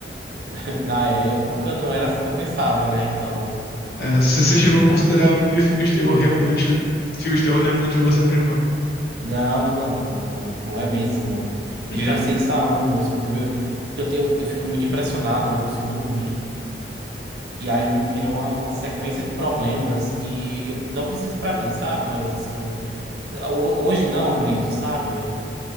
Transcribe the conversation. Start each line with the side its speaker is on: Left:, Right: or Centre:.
Right: <laughs> na época não era assim que eu pensava, né? Então,
Left: É, se você chegou a considerar a Múmia filme de terror, realmente, filme de terror não é muito pra você mesmo, não.
Right: não, não, não, não, não, não, não não é mesmo.
Left: <laughs>
Right: E eu já sei isso há anos, porque, meu- porque eu tenho, eu fico muito impressionado, eu não consigo dormir. E aí vira uma, uma sequência de problemas que eu não preciso pra mim, sabe? Um negócio assim. Ho- Hoje não, Brito, sabe?